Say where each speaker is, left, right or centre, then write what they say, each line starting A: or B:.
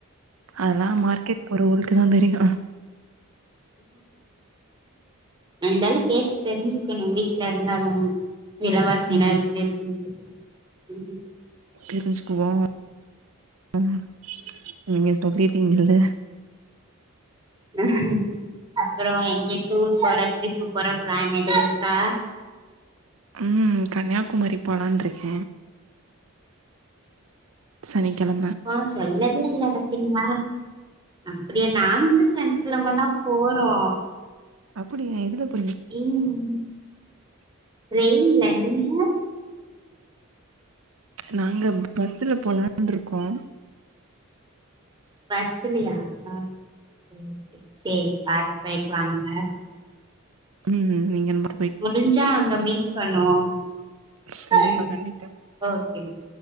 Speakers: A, on the right; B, on the right.
A: அதா மார்கெட் போறவகளுக்கு தா தெரியு
B: இருந்தாலு கேட்டு தெரிஞ்சுகணு வீட்ல இருந்தாலு விலவாசி என்ன
A: ம்
B: இப்டி இருக்கு ம்
A: தெரிஞ்சுகுவோ <inaudible> நீங்க சொல்லிட்டீங்கல்ல
B: ஆ ஹா அப்புறோ எங்கியு டூர் போற ட்ரிப்பு போற பிளேன் எது இருக்கா
A: ம் கன்னியாகுமரி போலான்ட்ருக்க சனிக்கெழம
B: ஆ சொல்லவே இல்ல பாத்தீங்களா அப்டியா நாங்களு சனிக்கெழமதாம் போறோ
A: அப்புடியா எதுலப்
B: ம் ட்ரெயின்ல நீங்க
A: நாங்க பஸ்ல போலான்ட்ருக்கோ
B: பஸ்லயா ஆ ஓகே சரி பாத் போயிட்டு வாங்க
A: ம் நீங்கல்லா
B: முடுஞ்சா அங்க மீட் பண்ணுவோ
A: கண்டிப்பா
B: ம்
A: கண்டிப்பா
B: ஓகே